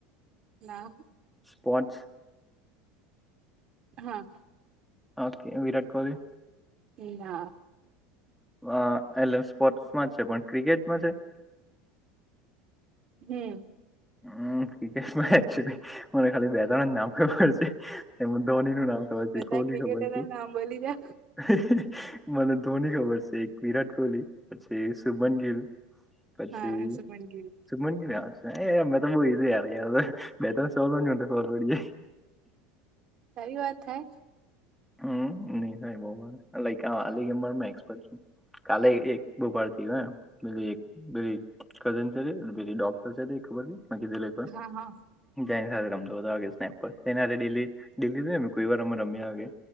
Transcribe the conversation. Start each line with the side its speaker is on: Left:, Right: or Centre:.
Right: ના
Centre: પાંચ
Right: હા
Centre: ઓકે વિરાટ કોહલી
Right: એ ના
Centre: અ એલે સ્પોર્ટ્સમાં જ છે પણ ક્રિકેટમાં છે
Right: હમ
Centre: હમ ક્રિકટમાં મને ખાલી બેજર નામ પ છે એમ ધોની નું નામ ખબર
Right: બધા
Centre: છે કોહલી
Right: ક્રિકેટરના
Centre: ખબર છે
Right: નામ બોલી જા
Centre: મને ધોની ખબર છે એક વિરાટ કોહલી પછી શ સુભન ગિલ પછી
Right: હા શુભમન ગિલ
Centre: સુગમન કે્યા છે અમે તો બહુ ઈ જ ય યાર તો બે તો સોલો ન તો ખર પડી જાય
Right: સારી વાત થાય
Centre: હમ નહી સા બ ગ કાલે એક બપારથી હ એકરી કઝન છે રરી ડોક્ટર છે ર એક ખબર કીી લ કો
Right: હા હા
Centre: ની સાથે રમતો સ્નેપ પર એને ડેલી ડેલી કોઈ વાર અમે રમ્યાગે